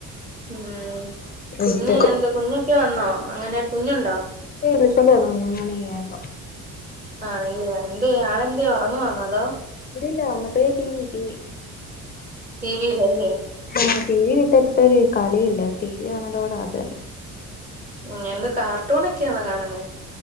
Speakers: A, on the right (about 25°); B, on the left (about 30°).
A: ഉം, കുഞ്ഞ്
B: ഇട്ട്
A: എന്താ? കുഞ്ഞൊക്കെ വന്നോ? എങ്ങനെരു കുഞ്ഞുണ്ടോ?
B: വിളിച്ചോണ്ട് വന്നു, മൂന്ന് മണി ആയപ്പോ.
A: ആണല്ലെ, എന്തേയ് ആളെന്തേയ് ഒറങ്ങുവാണോ അതോ?
B: ഇല്ലില്ല, വന്നപ്പയേ T V T V.
A: T V യിലല്ലേ?
B: ആഹ്, ടി വി ഇട്ടട്ടൊരു കളിയില്ല, ടി വി കാണലോട ആഗ്രഹം.
A: ഉം, എന്ത കാർട്ടൂണൊക്കെയാണോ കാണുന്നേ